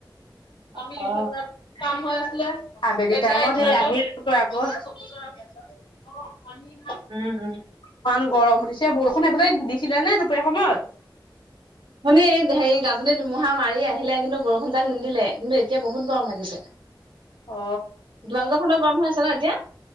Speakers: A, on the left; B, on the right.
A: <unintelligible>
B: অ অ অ
A: <unintelligible>
B: উম উম।
A: ইমান গৰম উঠিছে বৰষুণ সেফালে দিছিলে নে দুপৰীয়া সময়ত?
B: শুনি এই হেৰি গাজনী ধুমুহা মাৰি আহিলে কিন্তু বৰষুণজাক নিদিলে কিন্তু এতিয়া বহুত গৰম লাগিছে?
A: অ
B: তোমালোকৰ ফালত গৰম হৈ আছে ন এতিয়া?